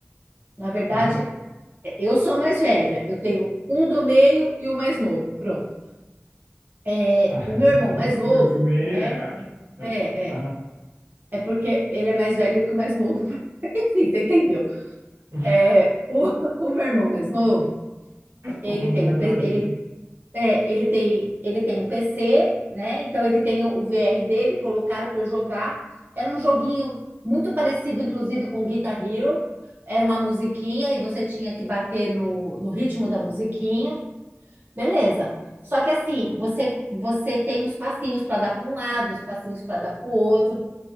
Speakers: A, on the right; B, on the right.
A: Na verdade,
B: 4?
A: eu sou a mais velha, eu tenho um do meio e o mais novo, pronto. É,
B: Ah,
A: o meu
B: <laughs>
A: irmão
B: então
A: mais
B: você
A: novo,
B: tem o do meio,
A: né?
B: é, ah,
A: É,
B: é, tá.
A: é.
B: aham.
A: É porque ele é mais velho que o mais novo, <laughs> enfim, você entendeu?
B: <laughs>
A: É, o, <laughs> o meu irmão mais novo, ele
B: O,
A: tem
B: o menorzinho.
A: um, P- ele É, ele tem, ele tem um PC, né? Então ele tem o VR dele, colocaram para eu jogar. Era um joguinho muito parecido, inclusive, com Guitar Hero. Era uma musiquinha e você tinha que bater no, no ritmo da musiquinha. Beleza. Só que assim, você você tem uns passinhos para dar para um lado, uns passinhos para dar para o outro.